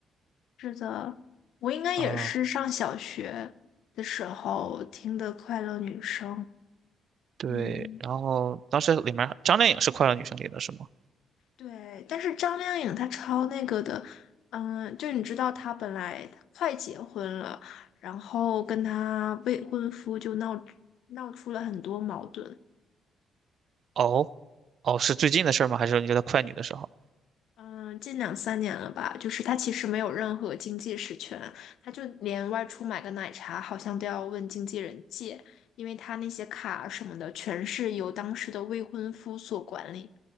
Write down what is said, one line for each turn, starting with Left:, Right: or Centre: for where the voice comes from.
Left: 是的，我应该也是上小学的时候听的《快乐女声》。
Right: 啊，对。
Left: 嗯，
Right: 然后当时里面张靓颖是《快乐女生》里的是吗？
Left: 对。但是张靓颖她超那个的，嗯，就你知道她本来她快结婚了，然后跟她未婚夫就闹闹出了很多矛盾，
Right: 哦，哦，是最近的事儿吗？还是你觉得快女的时候
Left: 嗯，近两三年了吧，就是他其实没有任何经济实权，他就连外出买个奶茶好像都要问经纪人借，因为他那些卡啊什么的全是由当时的未婚夫所管理。